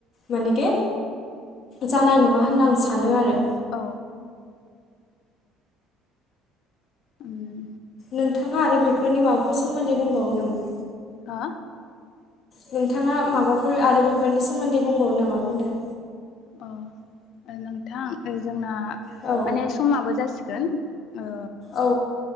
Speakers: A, on the left; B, on the left.
A: मानेखे जानाय
B: ओं
A: नङा होनना आं सानो आरो।
B: औ उम।
A: नोंथाङा आरो बेफोरनि माबाफोर सोमोन्दै बुंबावनो नामा?
B: हा
A: नोंथाङा माबाफोर आरो बेफोरनि सोमोन्दै बुंबावनो नामा बुंदों।
B: अ नोंथां जोंना।
A: औ
B: माने समाबो जासिगोन ओ
A: औ